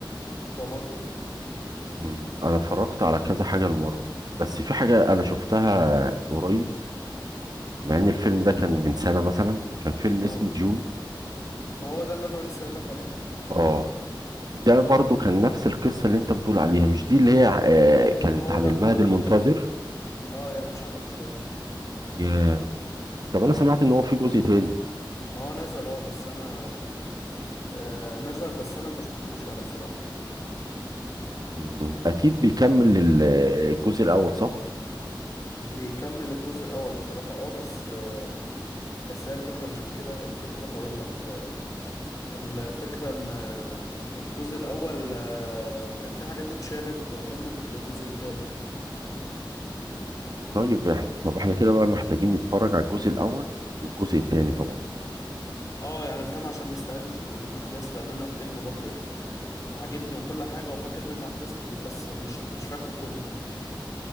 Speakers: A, on the left; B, on the right.
A: بتوع مارفل
B: مم. انا اتفرجت على كذا حاجه المارفل بس في حاجه انا شفتها قريب مع ان الفيلم ده كان من سنه مثلا كان فيلم
A: اه
B: اسمه ديون
A: ما هو ده اللي انا لسه قايل لك عليه
B: اه ده برضو كان نفس القصه اللي انت بتقول عليها مش دي اللي هي آه كانت
A: ما هو
B: عن
A: ده
B: المهد
A: هو ده
B: المنتظر
A: الفيلم اه يعني شبهه شوية
B: ياه طب انا سمعت ان هو في جزء تاني
A: ما هو نزل اه بس انا آه نزل بس انا ما شفتوش يعني بصراحة
B: مم. اكيد بيكمل لل- الجزء الاول صح
A: بيكمل الجزء الاول بصراحة اه بس آه بس هي الفكرة مش في كده هي الفكرة هقول لك آه الفكرة ان آه الجزء الاول آه كانت في حاجات اتشالت منه في الجزء التاني يعني.
B: طيب إح- طب احنا كده بقى محتاجين نتفرج على الجزء الاول والجزء التاني طبعا
A: اه يعني فاهم عشان نستعيد الز- الاحداث لان انا فيلم برضو ايه عاجبني وكل حاجة وفاكر منه احداث كتير بس مش مش فاكره كله